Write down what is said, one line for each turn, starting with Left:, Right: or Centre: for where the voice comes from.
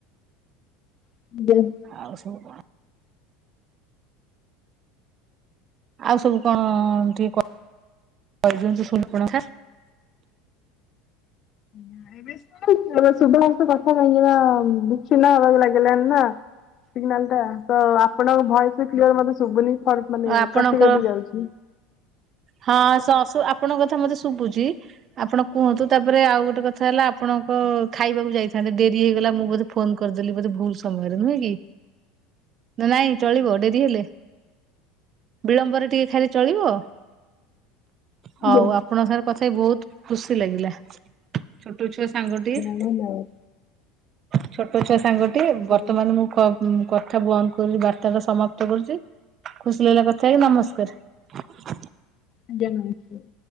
Left: <unintelligible>
Right: ଆଉ ସବୁ କଣ? ଆଉ ସବୁ କଣ ଅ ଅ ଟିକେ କ କହି ଦିଅନ୍ତୁ ସୁରପଣଖା?
Left: ନାଇଁ ବେ ଶୁଣୁ ତୋର ଶୁଭ୍ରାଂଶୁ କଥା କହିଦେଲା ବୁକ୍ ସୁନା ହବାକୁ ଲାଗି ଲାଣି ନା ସିଗ୍ନାଲ ଟା ତ ଆପଣଙ୍କ ଭଏସ ବି କ୍ଳିଅର ମତେ ଶୁଭୁନି ଫଡ଼କ ମାନେ
Right: ଆପଣଙ୍କର
Left: କଟି କଟି ଯାଉଛି।
Right: ହଁ ସେ ଅସୁ ଆପଣଙ୍କ କଥା ମତେ ଶୁବୁଚି। ଆପଣ କୁହନ୍ତୁ ତାପରେ ଆଉ ଗୋଟେ କଥା ହେଲା ଆପଣଙ୍କ ଖାଇବାକୁ ଯାଇଥାଆନ୍ତେ ଡେରି ହେଇଗଲା ମୁଁ ବୋଧେ ଫୋନ୍ କରଦେଲି ବୋଧେ ଭୁଲ ସମୟରେ ନୁହେଁ କି? ନା ନାଇଁ ଚଳିବ ଡେରି ହେଲେ ବିଳମ୍ବରେ ଟିକେ ଖାଇଲେ ଚଳିବ?
Left: ଆଜ୍ଞା
Right: ହଉ ଆପଣଙ୍କ ସାଙ୍ଗରେ କଥା ହେଇ ବହୁତ ଖୁସି ଲାଗିଲା ଛୋଟ ଛୁଆ ସାଙ୍ଗଟିଏ।
Left: ଭଲ
Right: ଛୋଟ ଛୁଆ ସାଙ୍ଗଟିଏ
Left: ଆଜ୍ଞା
Right: ବର୍ତ୍ତମାନ ମୁଁ କ କଥା ବନ୍ଦ କରୁଚି ବାର୍ତ୍ତା ଟା ସମାପ୍ତ କରୁଚି? ଖୁସି ଲାଗିଲା କଥା ହେଇକି ନମସ୍କାର।
Left: ଆଜ୍ଞା ନମସ୍କାର।